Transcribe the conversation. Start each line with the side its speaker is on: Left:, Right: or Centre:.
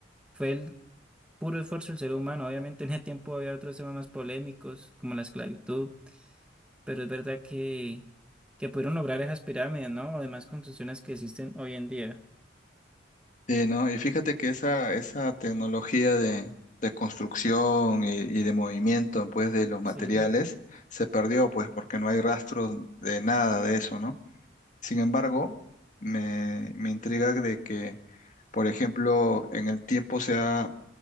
Centre: fue el puro esfuerzo del ser humano. Obviamente en ese tiempo había otros temas más polémicos, como la esclavitud, pero es verdad que, que pudieron lograr esas pirámides, ¿no? Además, construcciones que existen hoy en día.
Left: Sí, ¿no? Y fíjate que esa, esa tecnología de, de construcción y, y de movimiento, pues, de los materiales
Centre: Sí,
Left: se perdió, pues, porque no hay rastros de nada de eso, ¿no? Sin embargo, me, me intriga de que, por ejemplo, en el tiempo se ha,